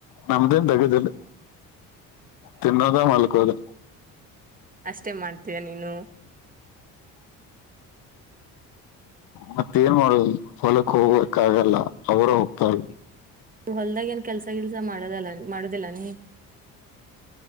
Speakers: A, on the left (about 60°); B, on the right (about 20°).
A: ನಮ್ದೇನ್ ದಗದಿಲ್ಲ ತಿನ್ನೋದಾ ಮಾಡಲಕೋದ
B: ಅಷ್ಟೆ ಮಾಡ್ತೀಯ ನೀನು
A: ಮತ್ತ ಏನ್ ಮಾಡುದು ಹೊಲಕ್ಕೆ ಹೋಗ್ಬೇಕಕ್ ಆಗಲ್ಲ ಅವರ ಹೋಗತಾರ
B: ಹೊಲ್ದಾಗ ಏನ್ ಕೆಲ್ಸ ಕೆಲ್ಸ ಮಾಡದಲ್ಲ ಮಾಡುದಿಲ್ಲ ನೀ